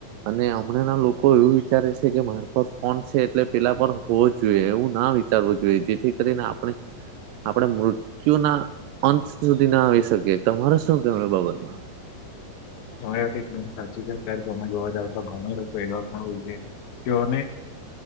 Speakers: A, on the right; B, on the left.
A: અને આમ ઘણા લોકો એવું વિચારે છે કે મારફત ફોન છે એટલે પેલા પર હોવો જોઈએ એવું ના વિચારવું જોઈએ જેથી કરીને આપણે આપણે મૃત મુત્યુના અંત સુધી ના આવી શકે તમારે શું કે બાબતમાં?
B: <unintelligible> તો એકદમ સાચી છે અત્યારે તમે જોવા જાવ તો ઘણા લોકો એવા પણ હોય છે. તેઓને